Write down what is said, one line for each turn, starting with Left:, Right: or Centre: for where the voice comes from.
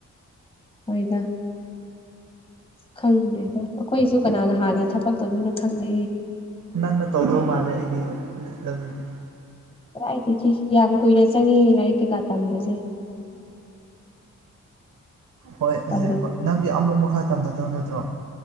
Left: ꯑꯣꯏꯗ ꯈꯪꯗꯦꯗ ꯑꯩꯈꯣꯏꯁꯨ ꯀꯅꯥꯅ ꯍꯥꯟꯅ ꯊꯕꯛ ꯇꯧꯗꯣꯏꯅꯣ ꯈꯪꯗꯦ
Right: ꯅꯪꯅ ꯇꯧꯗꯧ ꯃꯥꯜꯂꯦ ꯑꯩꯒꯤ ꯑꯗꯨꯗꯤ
Left: ꯀꯗꯥꯏꯗꯒꯤ ꯌꯥꯝ ꯀꯨꯏꯅ ꯆꯪꯏ ꯂꯥꯏꯔꯤꯛ ꯀꯩꯀꯥ ꯇꯝꯕꯁꯦ
Right: ꯍꯣꯏ
Left: ꯇꯧꯗ
Right: ꯑꯁꯦꯡꯕ ꯅꯪꯗꯤ ꯑꯃꯨꯛ ꯃꯈꯥ ꯇꯝꯊꯗꯧ ꯅꯠꯇ꯭ꯔꯣ